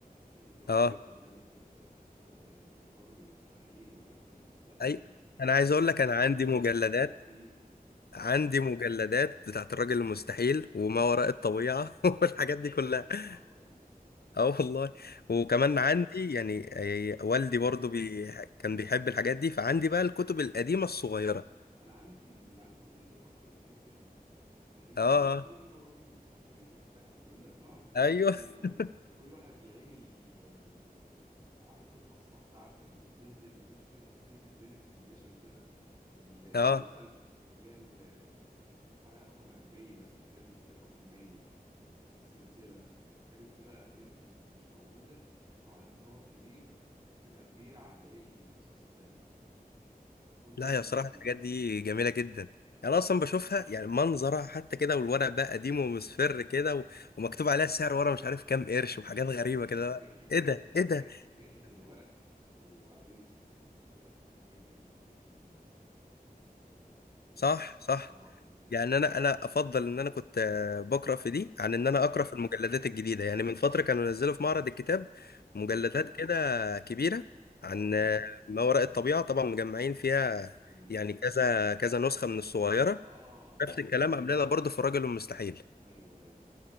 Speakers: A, on the right (about 35°); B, on the left (about 85°).
A: نبيل فاروق
B: اه
A: الكاتب اللي كان بيكتب أد... آه، الرجل المستحيل وملف المستقبل
B: اي انا
A: واحمد
B: عايز اقول
A: خالد
B: لك انا عندي
A: واحمد
B: مجلدات
A: خالد توفيق اه
B: عندي مجلدات بتاعت الراجل المستحيل وما وراء الطبيعه <laughs> والحاجات دي كلها
A: بتهرج
B: <laughs> اه والله وكمان
A: ب...
B: عندي يعني آه، والدي برضو بي... كان بيحب الحاجات دي فعندي بقى الكتب القديمة الصغيرة
A: انا عندي عندي صندوق اصلا كبير كده مليان
B: اه آه،
A: كله راجل مستحيل وبتاع وكنا بنقعد نبدل
B: ايوه <laughs>
A: و... وكل واحد يعين ال... ال... الاعداد الخاصه بتاعت اللي بتنزل ما كانتش بتنزل كانت بتنزل ليميتد اديشن كده اللي اللي
B: اه
A: مثلا اللي هي ال- الحلقه رقم 100 مثلا اللي هي الكتاب رقم 100 في السلسله مثلا فكانت تبقى ليميتد ومش موجوده وعليها طلب كبير وبتبقى كبيره عن باقي القصص التانيه كنا
B: لا
A: بن...
B: يا صراحة الحاجات دي جميلة جدا يعني
A: جدا
B: اصلا بشوفها
A: جدا
B: يعني منظرها حتى كده والورق بقى قديم ومصفر كده و... ومكتوب عليها السعر ورا مش عارف كام قرش وحاجات غريبة
A: ريح
B: كده
A: ريحة
B: ايه
A: ال...
B: ده ايه ده
A: ريح ريحة الورق وبعدين ماسكة الكتب هي دي اللي بتدي ال... ال... الايه
B: صح صح
A: اه بتدي
B: يعني انا انا افضل ان انا كنت آه، بقرا في دي عن ان
A: امم
B: انا اقرا في المجلدات الجديده يعني من فتره كانوا نزلوا في معرض الكتاب
A: امم
B: مجلدات كده كبيره عن
A: اه
B: آه، ما وراء الطبيعه طبعا مجمعين فيها
A: امم
B: يعني كذا كذا نسخه من الصغيره
A: اه
B: نفس
A: هم
B: الكلام عاملينها برضه في الرجل المستحيل
A: ايوه ايوه